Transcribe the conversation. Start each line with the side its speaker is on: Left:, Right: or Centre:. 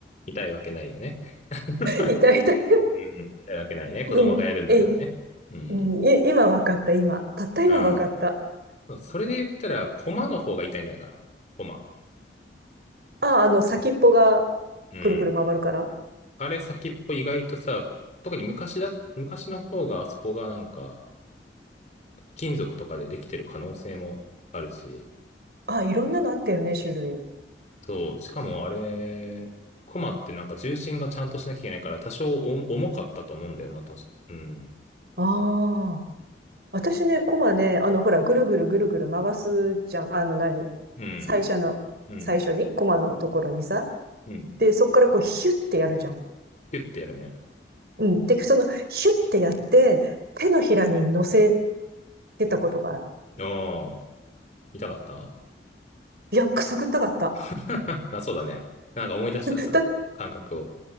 Left: 痛いわけないよね。<laughs>
Right: 痛い痛い
Left: うん、痛いわけないね。子供がやるんだからね。
Right: うん。えい、
Left: うん。
Right: うん、い、今わかった、今。たった今わかった。
Left: ああ、それで言ったら、コマの方が痛いんじゃないかな。コマ。
Right: あ、あの、先っぽが
Left: うん。
Right: くるくる回るから。
Left: あれ先っぽ意外とさ、特に昔だ、昔の方があそこがなんか、金属とかでできてる可能性もあるし、
Right: あ、いろんなのあったよね、種類。
Left: そう、しかもあれ、コマってなんか重心がちゃんとしなきゃいけないから、多少お重かったと思うんだよな、とし、うん。
Right: ああ。私ね、コマね、あの、ほら、ぐるぐるぐるぐる回すじゃん。あの何、
Left: うん。
Right: 最初の、
Left: うん。
Right: 最初に、コマのところにさ。
Left: うん。
Right: で、そこからこう、ヒュッてやるじゃん。
Left: ピュッてやるね。
Right: うん。で、その、ヒュッてやって、手のひらに乗せてたことがある。
Left: ああ、痛かった
Right: いや、くすぐったかった。
Left: <laughs> あ、そうだね。なんか思い出したわ、
Right: だ、
Left: その感覚を。